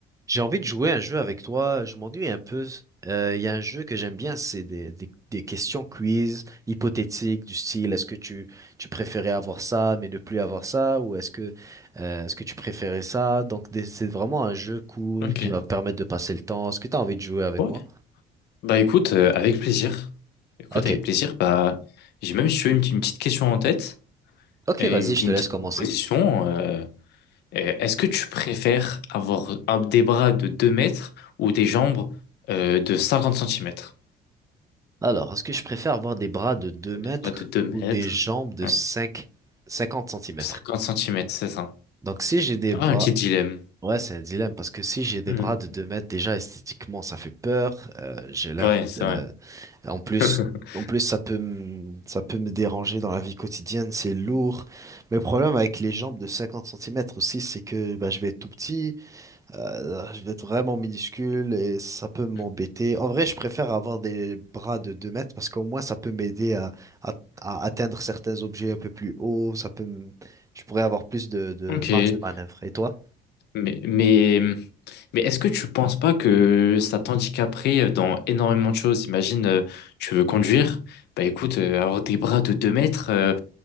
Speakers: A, on the right; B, on the left.
A: J'ai envie de jouer à un jeu avec toi. Je m'ennuie un peu. Euh, Il y a un jeu que j'aime bien, c'est des, des, des questions quiz hypothétiques du style est-ce que tu, tu préférais avoir ça mais ne plus avoir ça ou est-ce que euh, est-ce que tu préférais ça? Donc des- c'est vraiment un jeu cool
B: Ok.
A: qui va permettre de passer le temps. Est-ce que tu as envie de jouer avec
B: Ouais.
A: moi?
B: Bah écoute, euh, avec plaisir. Écoute,
A: Ok.
B: avec plaisir. Bah, j'ai même, si tu veux, une, petite une petite question en tête
A: Ok,
B: et
A: vas-y,
B: une, petite
A: je te
B: une
A: laisse
B: petite
A: commencer.
B: proposition. euh, euh, est-ce que tu préfères avoir un, des bras de 2 mètres ou des jambes euh, de cinquante centimètres
A: Alors, est-ce que je préfère avoir des bras de 2
B: Des
A: mètres
B: bras de 2 mètres,
A: ou des jambes de
B: hein,
A: cinq cinquante centimètres?
B: 50 cm, c'est ça.
A: Donc si j'ai des
B: Ah,
A: bras,
B: un petit dilemme.
A: Ouais, c'est un dilemme parce que si j'ai des
B: Hmm.
A: bras de 2 mètres, déjà esthétiquement, ça fait peur. euh, j'ai l'air.
B: Ouais, c'est
A: euh,
B: vrai.
A: en plus,
B: <laughs>
A: en plus, ça peut me, ça peut me déranger dans la vie quotidienne. C'est lourd. Mais le problème avec les jambes de 50 centimètres aussi, c'est que bah, je vais être tout petit, euh, je vais être vraiment minuscule et ça peut m'embêter.
B: Hmm.
A: En vrai, je préfère avoir des bras de 2 mètres parce qu'au moins, ça peut m'aider à, à, à atteindre certains objets un peu plus haut. Ça peut, me- je pourrais avoir plus de, de
B: Ok.
A: marge de manœuvre. Et toi?
B: Mais, mais, mais est-ce que tu penses pas que ça t'handicaperait dans énormément de choses? Imagine, euh, tu veux conduire, bah écoute, euh, avoir des bras de 2 mètres, euh,